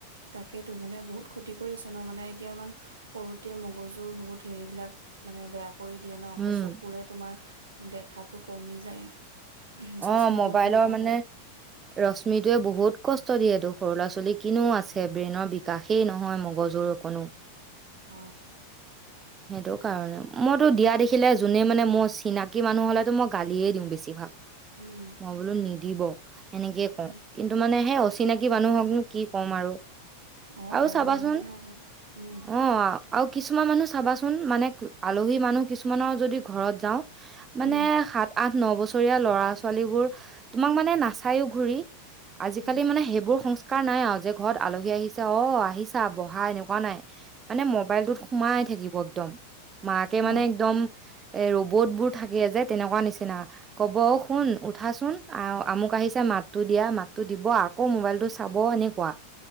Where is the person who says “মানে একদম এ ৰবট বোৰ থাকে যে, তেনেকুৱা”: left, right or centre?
Right